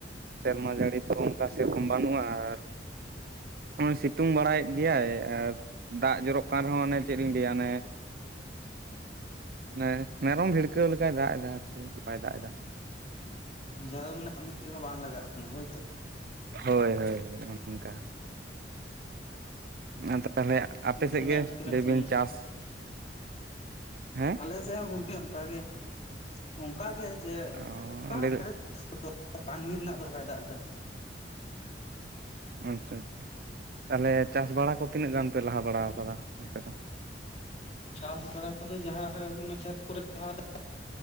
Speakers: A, on the right; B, on the left.
A: ᱥᱮᱨᱢᱟ ᱡᱟᱹᱲᱤ ᱛᱚ ᱚᱱᱠᱟ ᱥᱮᱨᱚᱠᱚᱢ ᱵᱟᱹᱱᱩᱜᱼᱟ ᱟᱨ ᱱᱚᱜᱼᱚᱭ ᱥᱤᱛᱩᱝ ᱵᱟᱲᱟᱭᱮᱫ ᱜᱮᱭᱟᱭ ᱟᱨ ᱫᱟᱜ ᱡᱚᱨᱚᱜ ᱠᱟᱱ ᱨᱮᱦᱚᱸ ᱚᱱᱮ ᱪᱮᱫ ᱤᱧ ᱞᱟᱹᱭᱟ ᱚᱱᱮ ᱚᱱᱮ ᱢᱮᱨᱚᱢ ᱵᱷᱤᱲᱠᱟᱹᱣ ᱞᱮᱠᱟᱭ ᱫᱟᱜ ᱮᱫᱟ ᱟᱨᱠᱤ ᱵᱟᱭ ᱫᱟᱜ ᱮᱫᱟ᱾
B: ᱡᱟᱸᱦᱟ ᱫᱚ ᱢᱟᱱᱮ ᱠᱟᱹᱢᱤ ᱨᱮᱦᱚ ᱵᱟᱝ ᱞᱟᱜᱟᱜ ᱠᱟᱱᱟ ᱦᱳᱭᱛᱚ᱾
A: ᱦᱳᱭ ᱦᱳᱭ ᱦᱳᱭ ᱚᱱᱮ ᱱᱚᱝᱠᱟ ᱟᱫᱚ ᱛᱟᱦᱚᱞᱮ, ᱟᱯᱮ
B: ᱚᱱᱛᱮ
A: ᱥᱮᱫ
B: ᱫᱚᱵᱮᱱ
A: ᱜᱮ
B: ᱛᱤᱱᱟᱹᱜ
A: ᱞᱟᱹᱭ
B: ᱥᱟᱺᱜᱤᱧ
A: ᱵᱤᱱ ᱪᱟᱥ᱾ ᱦᱮᱸ
B: ᱟᱞᱮ ᱥᱮᱡ ᱦᱚᱸ ᱜᱚᱝᱠᱮ ᱚᱱᱠᱟ ᱜᱮ ᱚᱱᱠᱟ ᱜᱮ ᱡᱮ
A: ᱚ
B: <inaudible>
A: ᱞᱟᱹᱭ
B: <inaudible> ᱠᱟᱹᱢᱤ ᱨᱮᱱᱟᱜ ᱫᱚ ᱵᱟᱭ ᱫᱟᱜ ᱮᱫᱟ᱾
A: ᱟᱪᱪᱷᱟ ᱟᱪᱪᱷᱟ ᱛᱟᱦᱚᱞᱮ ᱪᱟᱥ ᱵᱟᱲᱟ ᱠᱚ ᱛᱤᱱᱟᱹᱜ ᱜᱟᱱ ᱯᱮ ᱞᱟᱦᱟ ᱵᱟᱲᱟᱶ ᱟᱠᱟᱫᱟ ᱟᱯᱮ ᱫᱚ?
B: ᱪᱟᱥ ᱵᱟᱲᱟ ᱠᱚᱫᱚ ᱡᱟᱸᱦᱟᱸ ᱦᱚᱭᱩᱜ ᱠᱟᱱᱟ ᱠᱷᱮᱛ ᱠᱚᱨᱮ ᱡᱟᱸᱦᱟ